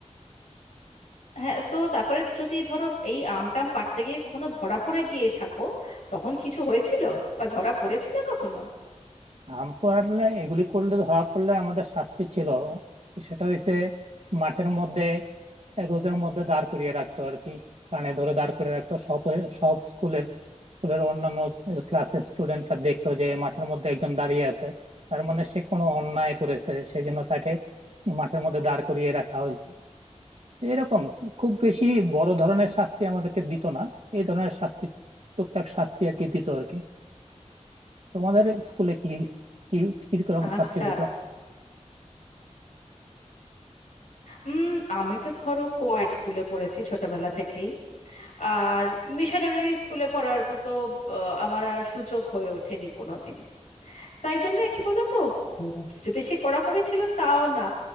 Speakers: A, on the left; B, on the right.
A: হ্যাঁ তো তারপরে যদি ধরো এই আমটাম পাড়তে গিয়ে কখনো ধরা পড়ে গিয়ে থাকো তখন কিছু হয়েছিল বা ধরা পড়েছিলে কখনো
B: আম পোড়ালে এগুলি করলে ধরা পড়লে আমাদের শাস্তি ছিল সেটা হইছে মাঠের মধ্যে রোদের মধ্যে দাঁড় করিয়ে রাখতো আর কি কানে ধরে দাঁড় করিয়ে রাখতো সব সব স্কুলের স্কুলের অন্যান্য ক্লাসের স্টুডেন্টরা দেখতো যে মাঠের মধ্যে একজন দাঁড়িয়ে আছে তার মানে সে কোনো অন্যায় করেছে সেই জন্য তাকে মাঠের মধ্যে দাঁড় করিয়ে রাখা হয়েছে এরকম খুব বেশি বড় ধরনের শাস্তি আমাদেরকে দিত না এই ধরনের শাস্তি টুকটাক শাস্তি আর কি দিত আর কি তোমাদের স্কুলে কি কি কিরকম
A: আচ্ছা
B: শাস্তি দিত
A: উম আমি তো ধরো কোয়েড স্কুলে পড়েছি ছোটবেলা থেকেই আর মিশনারি স্কুলে পড়ার মতো আহ, আমার আর সুযোগ হয়ে ওঠেনি কোনোদিন তাই জন্য কি বলতো খুব যে বেশি কড়াকড়ি ছিল তাও না